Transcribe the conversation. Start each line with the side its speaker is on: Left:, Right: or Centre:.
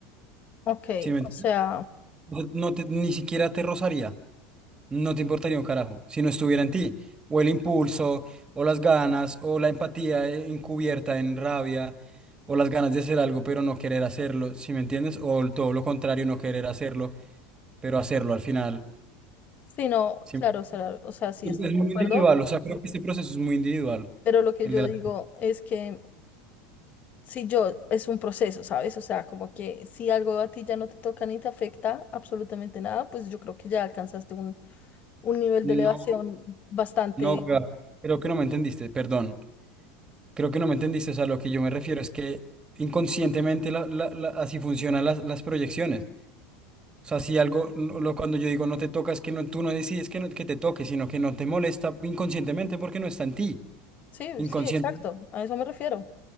Left: Ok,
Right: Si me entiendes?
Left: o sea...
Right: no, no te, ni siquiera te rozaría. no te importaría un carajo si no estuviera en ti. O el impulso, o las ganas, o la empatía eh, encubierta en rabia, o las ganas de hacer algo pero no querer hacerlo, ¿si me entiendes? O el- todo lo contrario, no querer hacerlo, pero hacerlo al final.
Left: Sí, no,
Right: Sí.
Left: claro, o sea, o sea, sí
Right: Es
Left: estoy de
Right: muy
Left: acuerdo,
Right: individual, o sea, creo que este proceso es muy individual.
Left: pero lo que
Right: El
Left: yo
Right: de
Left: digo
Right: la...
Left: es que si yo, es un proceso, ¿sabes? O sea, como que si algo a ti ya no te toca ni te afecta absolutamente nada, pues yo creo que ya alcanzaste un, un nivel
Right: No,
Left: de elevación bastante,
Right: no, wea, creo que no me entendiste, perdón. Creo que no me entendiste, o sea, lo que yo me refiero es que inconscientemente la- la- la- así funcionan las las proyecciones. O sea, si algo, no- lo- cuando yo digo no te toca, es que no, tú no decides que, no- que te toque, sino que no te molesta inconscientemente porque no está en ti,
Left: sí,
Right: inconsciente.
Left: sí, exacto, a eso me refiero.